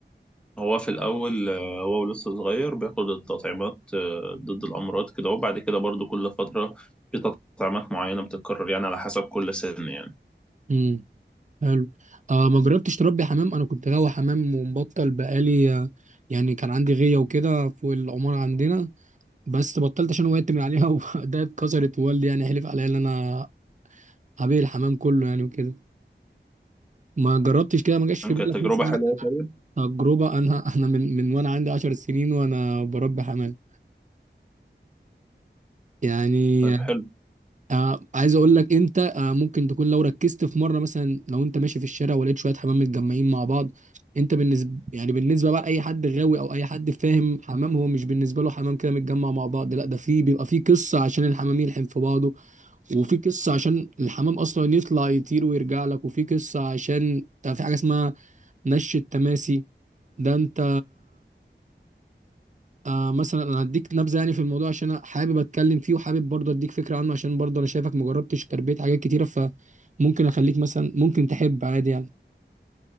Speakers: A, in the centre; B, on the right.
A: هو في الأول آه، هو لسه صغير بياخد التطعيمات آه، ضد الأمراض كده وبعد كده برضو كل فترة في تطعيمات معينة بتتكرر يعني على حسب كل سن يعني
B: امم حلو آه ما جربتش تربي حمام انا كنت غاوي حمام ومبطل بقالي آه، يعني كان عندي غيه وكده فوق العماره عندنا بس بطلت عشان وقعت من عليها <laughs> وده اتكسرت ووالدي يعني حلف عليا ان انا هبيع الحمام كله يعني وكده ما جربتش كده ما جاش
A: تمام،
B: في بالك
A: كانت تجربة
B: مثلا
A: حلوة طيب
B: تجربه انا انا من من وانا عندي 10 سنين وانا بربي حمام يعني
A: طيب حلو
B: آه عايز اقول لك انت آه ممكن تكون لو ركزت في مره مثلا لو انت ماشي في الشارع ولقيت شويه حمام متجمعين مع بعض انت بالنسبه يعني بالنسبه بقى لاي حد غاوي او اي حد فاهم حمام هو مش بالنسبه له حمام كده متجمع مع بعض لا ده في بيبقى في قصه عشان الحمام يلحم في بعضه وفي قصه عشان الحمام اصلا يطلع يطير ويرجع لك وفي قصه عشان ده في حاجه اسمها نش التماسي ده انت آه مثلا انا هديك نبذه يعني في الموضوع عشان انا حابب اتكلم فيه وحابب برضه اديك فكره عنه عشان برضه انا شايفك مجربتش تربيه حاجات كتيره فممكن اخليك مثلا ممكن تحب عادي يعني